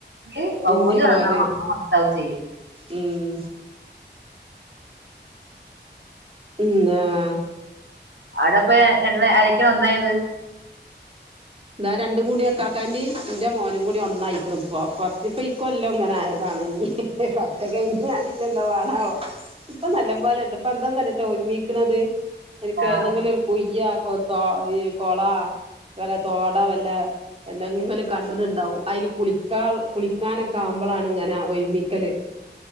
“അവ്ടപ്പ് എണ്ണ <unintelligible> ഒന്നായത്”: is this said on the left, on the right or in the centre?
Right